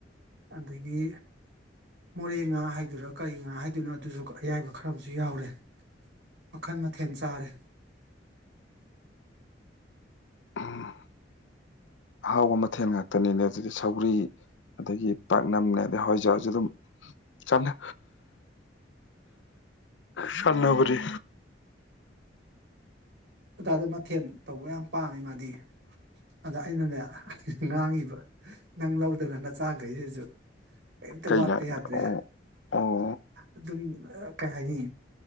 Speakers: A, on the right (about 80°); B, on the left (about 80°).
A: ꯑꯗꯒꯤ꯫ ꯃꯣꯔꯦ ꯉꯥ ꯍꯥꯏꯗꯨꯔꯥ ꯀꯔꯤ ꯉꯥ ꯍꯥꯏꯗꯨꯅꯣ ꯑꯗꯨꯁꯨ ꯑꯌꯥꯏꯕ ꯈꯔ ꯑꯃꯁꯨ ꯌꯥꯎꯔꯦ꯫ ꯃꯈꯜ ꯃꯊꯦꯜ ꯆꯥꯔꯦ꯫
B: ꯎꯝ ꯑꯍꯥꯎꯕ ꯃꯊꯦꯜ ꯉꯥꯛꯇꯅꯤꯅꯦ ꯑꯗꯨꯗꯤ ꯁꯧꯒ꯭ꯔꯤ꯫ ꯑꯗꯒꯤ ꯄꯥꯛꯅꯝꯒꯗꯤ ꯑꯗꯨꯝ ꯍꯋꯥꯏꯖꯔꯁꯨ ꯑꯗꯨꯝ ꯆꯥꯝꯅ ꯁꯥꯟꯅꯕꯅꯤ꯫
A: ꯑꯈꯣꯏ ꯗꯥꯗꯨ ꯃꯊꯦꯜ ꯇꯧꯕ ꯌꯥꯝ ꯄꯥꯝꯃꯦ ꯃꯥꯗꯤ ꯑꯗ ꯑꯩꯅꯅꯦ꯫ ꯉꯥꯡꯉꯤꯕ ꯅꯪ ꯂꯧꯗꯅ ꯅꯆꯥꯈꯩꯁꯤꯁꯨ꯫ ꯀꯩꯝꯇ
B: ꯀꯩꯅꯣ
A: ꯋꯥꯠꯇ
B: ꯑꯣ
A: ꯌꯥꯗ꯭ꯔꯦ
B: ꯑꯣ
A: ꯑꯗꯨꯝ ꯀꯩ ꯍꯥꯏꯅꯤ